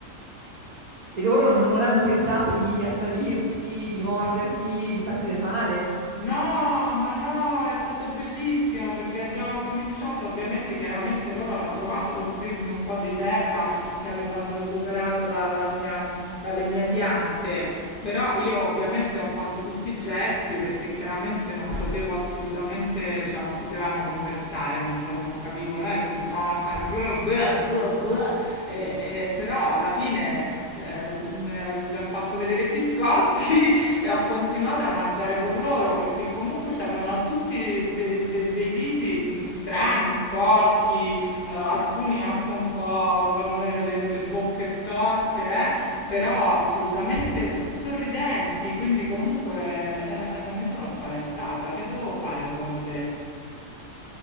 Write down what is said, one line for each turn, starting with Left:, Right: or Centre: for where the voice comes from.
Right: e loro non, non hanno tentato di assalirti, di morderti, di farti del male?
Left: No, ma no, è stato bellissimo perché abbiamo cominciato, ovviamente, chiaramente loro hanno provato ad offrirmi un po' di terra che avevano recuperato dalla mia- dalle mie piante, però io ovviamente ho fatto tutti i gesti perché chiaramente non potevo assolutamente, cioè non potevamo conversare, non, sa- non capivo, eh, continuavano a fare... bleh, bleh, bleh, bleh. E- e- però però alla fine eh, mh, le ho fatto vedere i biscotti <laughs> e ho continuato a mangiare con loro perché comunque avevano tutti de- de- dei visi mh, strani, sporchi, eh, alcuni anche un po' con le, le bocche storte, eh, però assolutamente sorridenti, quindi comunque eh, non mi sono spaventata. Che devo fare secondo te?